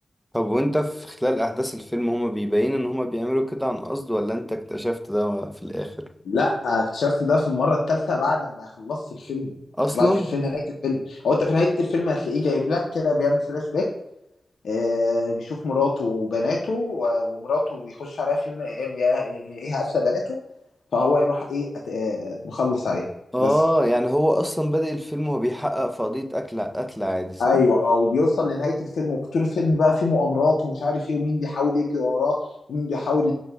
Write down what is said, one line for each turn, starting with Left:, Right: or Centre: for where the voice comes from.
Centre: طب وانت في خلال احداث الفيلم هما بيبين ان هما بيعملوا كده عن قصد ولا انت اكتشفت ده في الاخر
Left: لا اكتشفت ده في المره الثالثه بعد ما خلصت الفيلم
Centre: اصلا
Left: بعد في نهايه الفيلم هو انت في نهايه الفيلم هتلاقيه جايب لك كده بيعمل فلاش باك آه بيشوف مراته وبناته و- ومراته بيخش عليها في يوم من الايام يا- يا- ايه قاتله بناته فهو يروح ايه أت... آه مخلص عليه
Centre: اه
Left: بس
Centre: يعني هو اصلا بادئ الفيلم وهو بيحقق في قضية قتل قتل عادي صح
Left: ايوه اه وبيوصل لنهايه الفيلم وطول الفيلم بقى فيه مؤامرات ومش عارف ايه ومين بيحاول يجري وراه ومين بيحاول